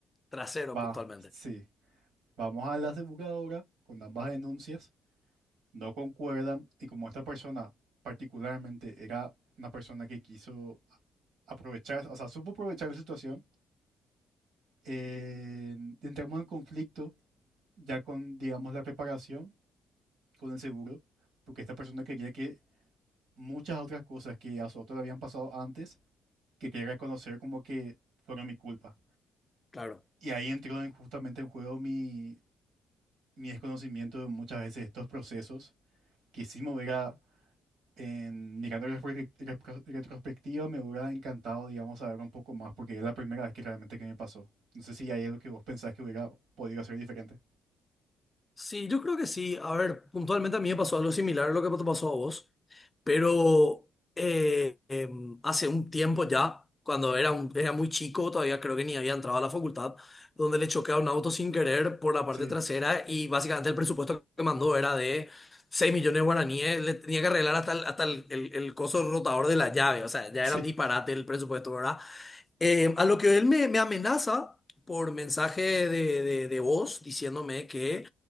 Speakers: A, on the left (about 20°); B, on the right (about 85°).
A: Trasero
B: Va,
A: puntualmente.
B: sí. Vamos a la aseguradora con ambas denuncias. No concuerdan y como esta persona particularmente era una persona que quiso aprovechar, o sea, supo aprovechar la situación, eh, entramos en conflicto ya con, digamos, la reparación con el seguro, porque esta persona quería que muchas otras cosas que a su auto le habían pasado antes, que quería reconocer como que fueron mi culpa.
A: Claro.
B: Y ahí entró en- justamente en juego mi, mi desconocimiento de muchas veces estos procesos, que si me hubiera, en, mirando en refre- repro- retrospectiva, me hubiera encantado, digamos, saber un poco más, porque es la primera vez que realmente que me pasó. No sé si hay algo que vos pensás que hubiera podido hacer diferente.
A: Sí, yo creo que sí. A ver, puntualmente a mí me pasó algo similar a lo que te pasó a vos. Pero eh, em, hace un tiempo ya, cuando era, un- era muy chico, todavía creo que ni había entrado a la facultad, donde le choqué a un auto sin querer por la parte
B: Sí,
A: trasera y básicamente el presupuesto que mandó era de 6 millones de guaraníes, le tenía que arreglar hasta el, hasta el, el- el coso rotador de la llave, o sea, ya
B: <laughs>
A: era un disparate
B: sí,
A: el presupuesto, ¿verdad? Eh, a lo que él me, me amenaza por mensaje de, de, de voz diciéndome que